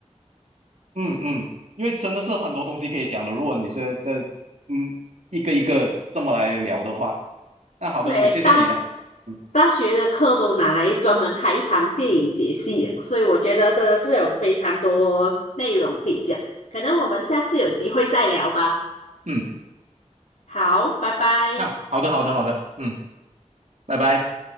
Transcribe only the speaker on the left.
对，
大
大学的课都拿来专门开一堂电影解析了，所以我觉得真的是有非常多内容可以讲，可能我们下次有机会再聊吧。
好，拜拜。